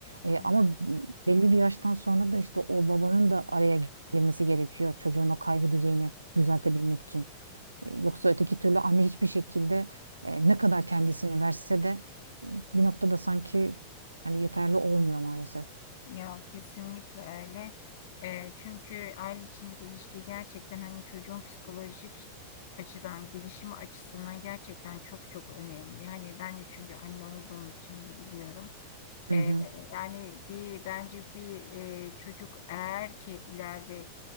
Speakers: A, on the right; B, on the left.
A: E,
B: Hı
A: ama
B: hı.
A: belli bir yaştan sonra da işte o babanın da araya girmesi gerekiyor çocuğun o kaygı düzeyini düzeltebilmek için. E, Yoksa öteki türlü anne hiçbir şekilde e, ne kadar kendisini verse de bir noktada sanki hani yeterli olmuyor maalesef.
B: Ya kesinlikle öyle. Eee, çünkü aile içindeki ilişki gerçekten hani çocuğun psikolojik açıdan, gelişimi açısından gerçekten çok çok önemli. Hani ben de çünkü anne olduğum için hani, biliyorum.
A: Hı
B: Eee,
A: hı.
B: yani bir bence bir eee, çocuk eğer ki ileride